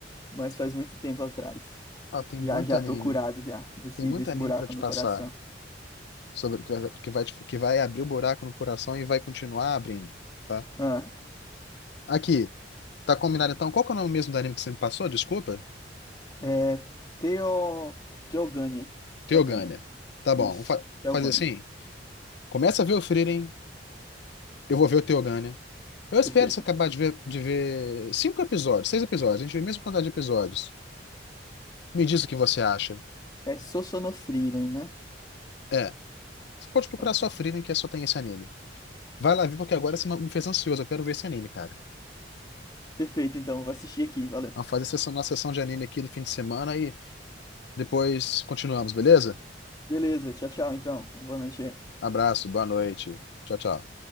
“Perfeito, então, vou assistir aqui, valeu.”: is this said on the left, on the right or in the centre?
Left